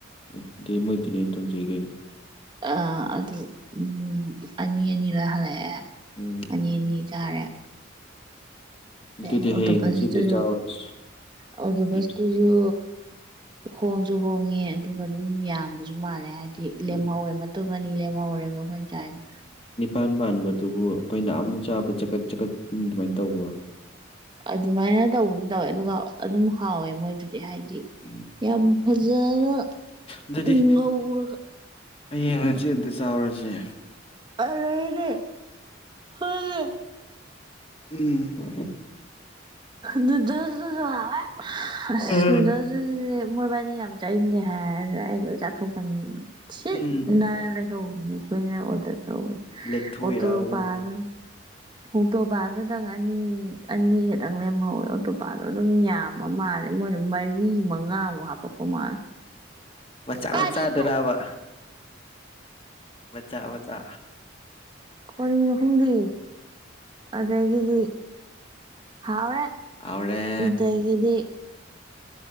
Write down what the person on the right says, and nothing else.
ꯑꯥ ꯑꯗꯨ ꯎꯝ ꯑꯅꯤ ꯑꯅꯤꯔ ꯍꯥꯜꯂꯛꯑꯦ
ꯑꯅꯤ ꯑꯅꯤ ꯆꯥꯔꯦ ꯀꯩ
ꯍꯥꯏꯅꯤ ꯑꯣꯛꯇꯣꯄꯁꯇꯨꯖꯨ
ꯑꯣꯛꯇꯣꯄꯁꯇꯨꯖꯨ
ꯍꯣꯡꯖꯨ ꯍꯣꯡꯉꯦ ꯑꯗꯨꯒ ꯑꯗꯨꯝ ꯌꯥꯝꯕꯁꯨ ꯃꯥꯜꯂꯦ ꯍꯥꯏꯕꯗꯤ
ꯂꯦꯝꯍꯧꯋꯦ ꯃꯇꯨꯝ ꯑꯅꯤ ꯂꯦꯝꯍꯧꯔꯦꯕ ꯑꯩꯈꯣꯏ ꯆꯥꯏꯗꯣ
ꯑꯗꯨꯃꯥꯏꯅ ꯇꯧꯕꯗꯤ ꯇꯧꯋꯦ ꯑꯗꯨꯒ ꯑꯗꯨꯝ ꯍꯥꯎꯋꯦ ꯃꯣꯏꯗꯤ ꯗꯤ ꯍꯥꯏꯗꯤ
ꯌꯥꯝ ꯐꯖꯅ
ꯉꯧꯔꯒ
ꯑꯔꯩꯔꯤ ꯈꯪꯗꯦ
ꯅꯨꯗꯜꯗꯨꯁꯨ ꯍꯥꯎꯋꯦ ꯑꯁ
ꯅꯨꯗꯜꯗꯨꯖꯨꯅꯦ ꯃꯣꯏꯕꯥꯏꯅꯤ ꯌꯥꯝ ꯆꯠꯅꯤꯡꯗꯦ ꯍꯥꯏꯔ ꯑꯩ ꯂꯣꯏ ꯆꯥꯠꯊꯣꯛꯄꯅꯤꯅ ꯁꯤꯠ
ꯅꯥꯟꯅ ꯂꯩꯍꯣꯕꯅꯤ ꯑꯈꯣꯢꯅ ꯑꯣꯗ꯭ꯔ ꯇꯧꯕꯗꯨ
ꯑꯣꯇꯣꯄꯥꯗꯨꯅ
ꯑꯣꯇꯣꯕꯥꯗꯨꯗꯪ ꯑꯅꯤ ꯑꯅꯤꯒꯛꯇꯪ ꯂꯦꯝꯍꯧꯋꯦ ꯑꯣꯇꯣꯄꯥꯗꯣ ꯑꯗꯨꯝ ꯌꯥꯝꯕ ꯃꯥꯜꯂꯦ ꯃꯣꯏꯗꯣ ꯃꯔꯤ ꯃꯉꯥꯃꯨꯛ ꯍꯥꯄꯛꯄ ꯃꯥꯜꯂꯦ
ꯀꯔꯤꯅꯣ
ꯀꯣꯔꯤꯅꯣ ꯈꯪꯗꯦ ꯑꯗꯒꯤꯗꯤ ꯍꯥꯎꯋꯦ
ꯗꯒꯤꯗꯤ